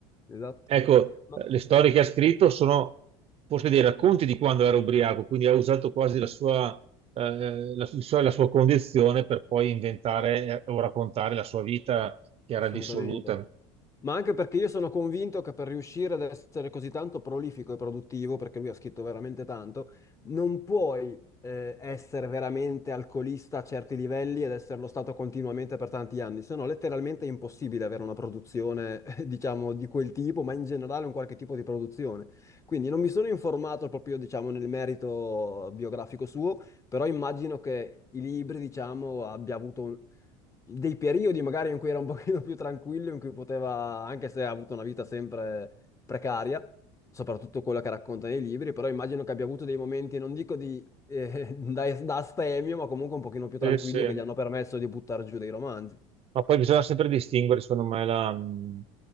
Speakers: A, on the left (about 20°); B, on the right (about 40°).
A: Esatto.
B: Ecco,
A: Ma-
B: eh, le storie che ha scritto sono forse dei racconti di quando era ubriaco, quindi ha usato quasi la sua, eh, la, il suo- la sua condizione per poi inventare eh, o raccontare la sua vita che
A: assolutamente.
B: era dissoluta.
A: Ma anche perché io sono convinto che per riuscire ad essere così tanto prolifico e produttivo, perché lui ha scritto veramente tanto, non puoi eh, essere veramente alcolista a certi livelli ed esserlo stato continuamente per tanti anni, se no letteralmente è impossibile avere una produzione, <laughs> eh, diciamo, di quel tipo, ma in generale un qualche tipo di produzione. Quindi non mi sono informato proprio, diciamo, nel merito biografico suo, però immagino che i libri, diciamo, abbia avuto un- dei periodi magari in cui era un <laughs> pochino più tranquillo, in cui poteva, anche se ha avuto una vita sempre precaria, soprattutto quello che racconta nei libri, però immagino che abbia avuto dei momenti, non dico di, eh, <laughs> da, da astemio, ma comunque un pochino più
B: Sì,
A: tranquilli
B: sì.
A: che gli hanno permesso di buttare giù dei romanzi.
B: Ma poi bisogna sempre distinguere, secondo me, la, mh,